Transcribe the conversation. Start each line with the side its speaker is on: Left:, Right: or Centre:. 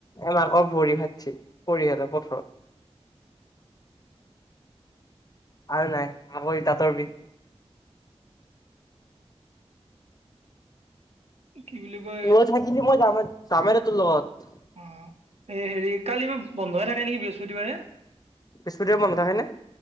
Left: এ মাকৰ ভৰি ভাগছি পৰি হেতৰ পথাৰত। আৰু নাই আবৈ দাঁতৰ বিষ।
Right: কি বুলি কয়?
Left: ৰৈ থাকিবি মই যামে, যামেৰে তোৰ লগত।
Right: অ এই হেৰি কালি বা বন্ধই থাকে নেকি বৃহস্পতিবাৰে।
Left: বৃহস্পতি বন্ধ থাকে নে